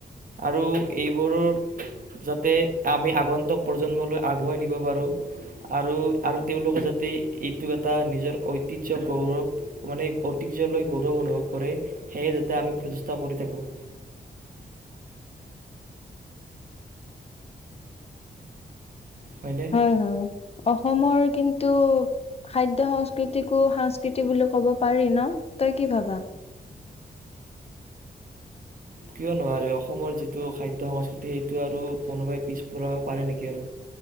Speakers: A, on the right (about 55°); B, on the left (about 35°).
A: আৰু এইবোৰো যাতে আমি আগন্তুক প্ৰজন্মলৈ আগুৱাই নিব পাৰোঁ আৰু আৰু তেওঁলোকে যাতে এইটো এটা নিজৰ ঐতিহ্য গৌৰৱ মানে ঐতিহ্যলৈ গৌৰৱ অনুভৱ কৰে সেয়ে যাতে আমি প্ৰচেষ্টা কৰি থাকোঁ হয়নে
B: হয় হয় অ অসমৰ কিন্তু খাদ্য সংস্কৃতিকো সংস্কৃতি বুলি ক'ব পাৰি ন তই কি ভাবা
A: কিয় নোৱাৰে অসমৰ যিটো খাদ্য সংস্কৃতি সেইটো আৰু কোনোবাই পিছপৰাব পাৰে নেকি আৰু